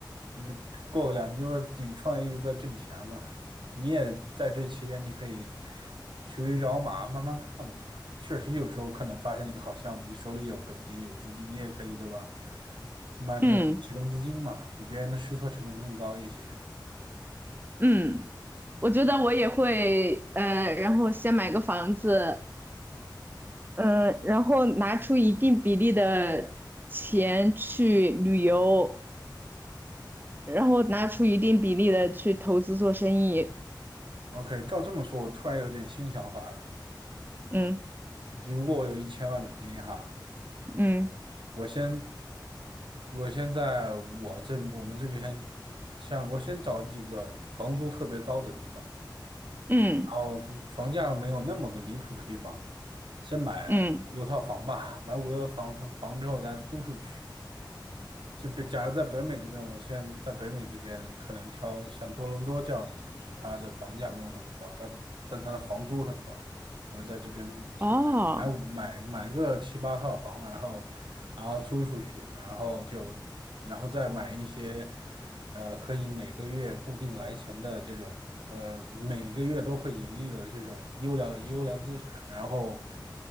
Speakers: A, on the right (about 85°); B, on the right (about 25°).
A: 嗯过个两，就是你创业一直在挣钱嘛，你也在这期间你可以去驴找马，慢慢看嘛。确实有时候可能发现一个好项目，你手里有本金有资金，你也可以对吧？起码你有启动资金嘛，
B: 嗯
A: 比别人的试错成本更高一些。
B: 嗯，我觉得我也会，呃，然后先买个房子，嗯，呃然后拿出一定比例的钱去旅游，然后拿出一定比例的去投资做生意。
A: OK，照这么说，我突然有点新想法了。
B: 嗯
A: 如果我有一千万美金哈，
B: 嗯
A: 我先，我先在我这我们这边，像我先找几个房租特别高的地方，
B: 嗯
A: 然后房房价没有那么个离谱的地方，先买五六套房吧，
B: 嗯，
A: 买五六套房房之后咱租出去。就比假如在北美这边，我现在在北美这边可能挑像多伦多这样的城市，它的房价没有那么高，它的但它的房租很高。我就在这边买买买买个七八套房，
B: 哦
A: 然后然后租出去，然后就然后再买一些。呃，可以每个月固定来钱的这种，呃，每个月都会盈利的这种优良优良资产，然后